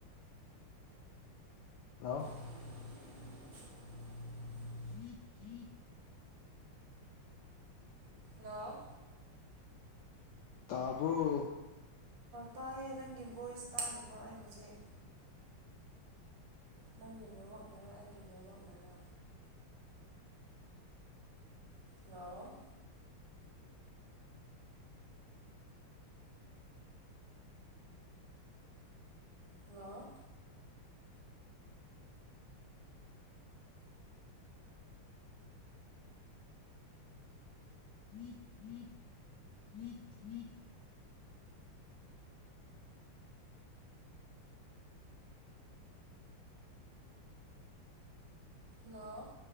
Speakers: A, on the left; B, on the right.
A: ꯍꯜꯂꯣ
B: <inaudible>
A: ꯆ ꯆꯠ
B: ꯍ
A: ꯇꯥꯄꯔꯣ
B: ꯇꯥꯏꯌꯦ ꯅꯪꯒꯤ ꯚꯣꯏꯁ ꯇꯥꯗꯕ ꯑꯩ ꯍꯧꯖꯤꯛ ꯅꯪꯒꯤ ꯅꯦꯠꯋꯥꯛꯅꯔ ꯑꯩꯒꯤ ꯅꯦꯠꯋꯥꯛꯅꯔꯦ ꯅ ꯍꯜꯂ
A: ꯃꯤꯠ ꯃꯤꯠ ꯃꯤꯠ ꯃꯤꯠ <unintelligible>
B: ꯍꯜꯂꯣ